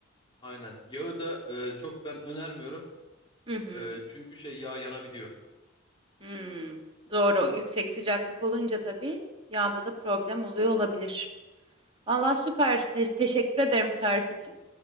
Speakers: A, on the left (about 25°); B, on the right (about 25°).
A: Aynen. Yağı da e, çok ben önermiyorum.
B: Hı hı.
A: E, çünkü şey yağ yanabiliyor.
B: Hmm. Doğru. Yüksek sıcaklık olunca tabii yağda da problem oluyor olabilir. Vallahi süper. Te- teşekkür ederim tarif için.